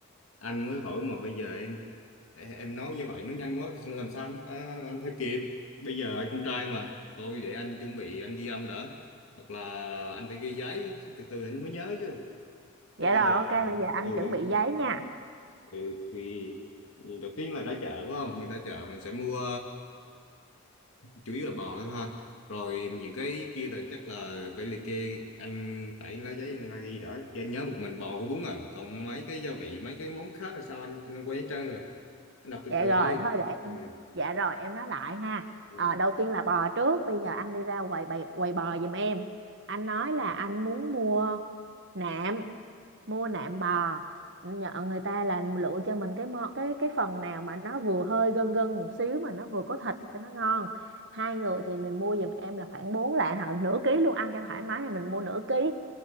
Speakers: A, on the left; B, on the right.
A: anh mới hỏi mà bây giờ em em nói như vậy nó nhanh quá làm sao anh, à, anh theo kịp bây giờ anh con trai mà thôi để anh chuẩn bị anh ghi âm đã hoặc là anh phải ghi giấy từ từ anh mới nhớ chứ
B: <laughs> dạ
A: chứ bây
B: rồi
A: giờ
B: ok, bây giờ anh
A: ừ
B: chuẩn
A: ừ
B: bị giấy nha.
A: ừ, thì đầu tiên là ra chợ phải không mình ra chợ mình sẽ mua chủ yếu là bò thôi ha rồi những cái kia là chắc là phải liệt kê anh phải lấy giấy ra ghi đã chứ anh nhớ một mình bò với bún à còn mấy cái gia vị mấy cái món khác là sao anh anh quay hết trơn rồi anh đọc từ
B: Dạ
A: từ
B: rồi,
A: thôi
B: thôi để
A: ừ.
B: em.
A: ừ.
B: Dạ rồi, em nói lại ha.
A: Ừ,
B: Ờ, đầu tiên là bò trước, bây giờ anh đi ra quầy bày, quầy bò giùm em. Anh nói là anh muốn mua nạm mua nạm bò nhờ người ta là lựa cho mình cái mô, cái cái phần nào mà nó vừa hơi gân gân một xíu mà nó vừa có thịt cho nó ngon hai người thì mình mua giùm em là khoảng 4 lạng hoặc là nửa ký luôn ăn cho thoải mái thì mình mua nửa ký